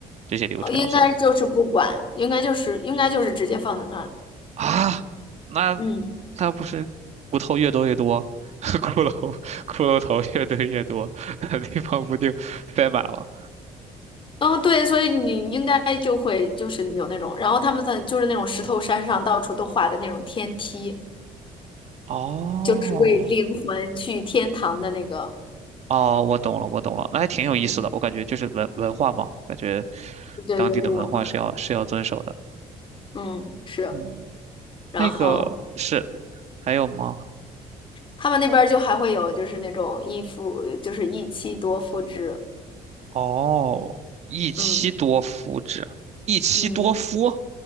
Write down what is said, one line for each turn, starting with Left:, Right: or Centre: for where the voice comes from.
Right: 这些流程要做的
Left: 呃应该就是不管，应该就是应该就是直接放在那儿。
Right: 啊？那
Left: 嗯
Right: 那不是骨头越多越多，<laughs> 骷髅骷髅头越堆越多，<laughs> 那地方不就塞满了？
Left: 嗯，对，所以你应该就会就是有那种，然后他们在就是那种石头山上到处都画的那种天梯，
Right: 哦
Left: 就是为灵魂去天堂的那个，
Right: 哦，我懂了，我懂了，那还挺有意思的。
Left: 对
Right: 我感觉就是文文化嘛，感觉
Left: 对对，
Right: 当地的文化是要是要遵守的。
Left: 就文化，嗯，是。
Right: 嗯，
Left: 然后
Right: 那个是还有吗？
Left: 他们那边儿就还会有就是那种一夫，就是一妻多夫制，
Right: 哦，一妻多夫制，
Left: 嗯
Right: 一妻多夫
Left: 嗯。